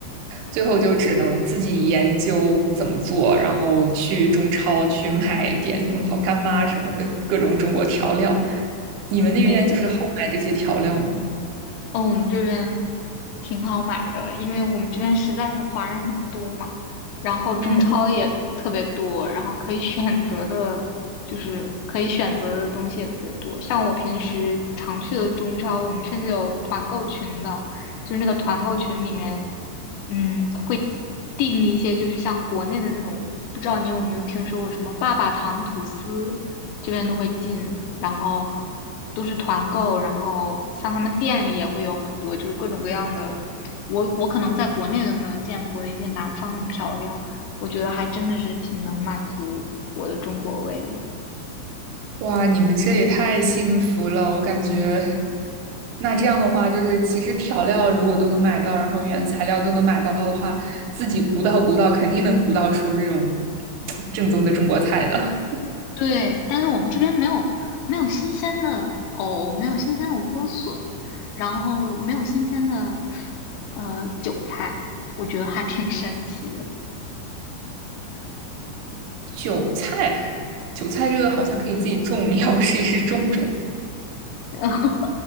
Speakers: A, on the right (about 80°); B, on the left (about 80°).
A: 最后就只能自己研究怎么做，然后去中超去买一点那种老干妈什么的各种中国调料。你们那边就是好买这些调料吗？
B: 对，哦，我们这边挺好买的，因为我们这边实在是华人很多嘛，然后中超也特别多，
A: 嗯。
B: 然后可以选择的，就是可以选择的东西也特别多。像我平时常去的中超，我们甚至有团购群的，就是那个团购群里面，嗯，会订一些就是像国内的那种，不知道你有没有听说过什么爸爸糖吐司，这边都会进，然后都是团购，然后像他们店里也会有很多，就是各种各样的，我我可能在国内都没有见过的一些南方的调料，我觉得还真的是挺能满足我的中国胃的。
A: 哇，你们这也太幸福了，我感觉。那这样的话，就是其实调料如果都能买到，然后原材料都能买到的话，自己鼓捣鼓捣，肯定能鼓捣出这种正宗的中国菜的。
B: 对，但是我们这边没有没有新鲜的藕，没有新鲜的莴笋，然后没有新鲜的呃韭菜，我觉得还挺神奇的。
A: 韭菜，韭菜这个好像可以自己种，你要不试一试种种？
B: <laughs>